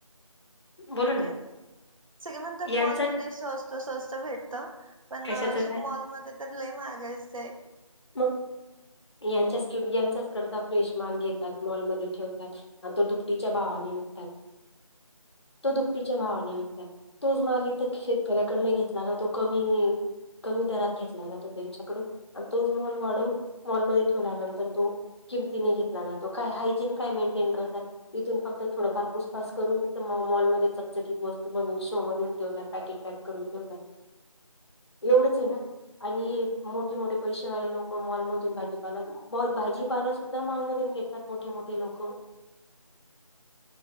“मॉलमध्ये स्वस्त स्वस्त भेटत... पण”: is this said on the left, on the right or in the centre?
Right